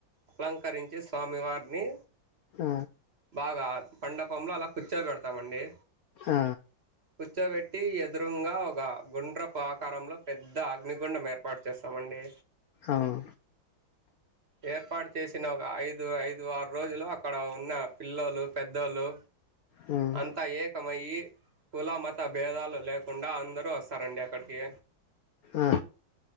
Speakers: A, on the right (about 35°); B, on the left (about 80°).
A: అలంకరించి స్వామివార్ని
B: ఆ
A: బాద మండపంలో అలా కూర్చో పెడతామండి
B: ఆ
A: కూర్చోబెట్టి ఎదురుంగా ఒక గుండ్రపు ఆకారంలో పెద్ద అగ్నిగుండం ఏర్పాటు చేస్తామండి
B: అవు
A: ఏర్పాటు చేసిన ఒక ఐదు ఐదు ఆరు రోజులు అక్కడ ఉన్న పిల్లోళ్లు పెద్దోళ్ళు
B: హ్మ్.
A: అంతా ఏకమయ్యి కుల మత భేదాలు లేకుండా అందరు వస్తారండి అక్కడికి
B: ఆ!